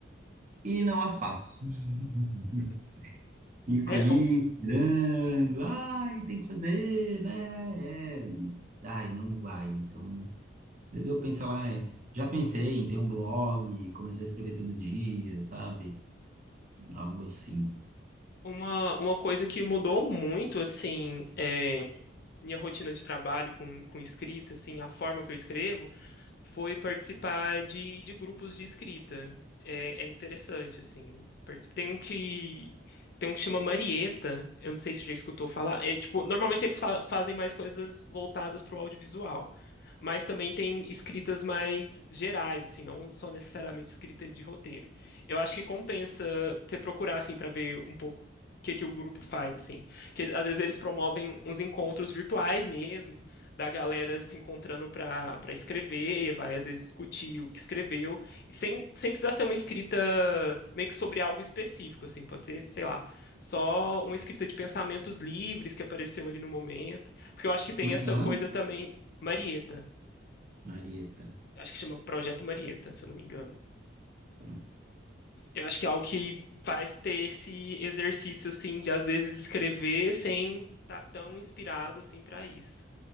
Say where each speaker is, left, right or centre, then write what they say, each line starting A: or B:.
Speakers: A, on the right; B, on the left.
A: e não as faço. <laughs>
B: Uhum.
A: Fico
B: É
A: ali
B: o-
A: esperando, ai, tem que fazer, né? É, e, ai, não vai. Então, às vezes eu penso lá, é, já pensei em ter um blog, começar a escrever todo dia, sabe? Algo assim.
B: uma, uma coisa que mudou muito, assim, é, minha rotina de trabalho com, com escrita, assim, a forma que eu escrevo, foi participar de, de grupos de escrita. É, é interessante, assim. Particip- Tem um que. Tem um que chama Marieta, eu não sei se você já escutou falar. É tipo, normalmente eles fa- fazem mais coisas voltadas para o audiovisual mas também tem escritas mais gerais, assim, não só necessariamente escrita de roteiro. Eu acho que compensa você procurar, assim, para ver um pouco o que que o grupo faz, assim. Que às vezes eles promovem uns encontros virtuais mesmo, da galera se encontrando para para escrever, e vai às vezes discutir o que escreveu, e sem, sem precisar ser uma escrita meio que sobre algo específico, assim, pode ser, sei lá, só uma escrita de pensamentos livres que apareceu ali no momento, porque eu acho que tem
A: Como é
B: essa
A: que é o nome?
B: coisa também, Marieta,
A: Marieta.
B: acho que chama Projeto Marieta, se eu não me engano.
A: Tá.
B: Eu acho que é algo que faz ter esse exercício assim de às vezes escrever sem estar tão inspirado assim para isso.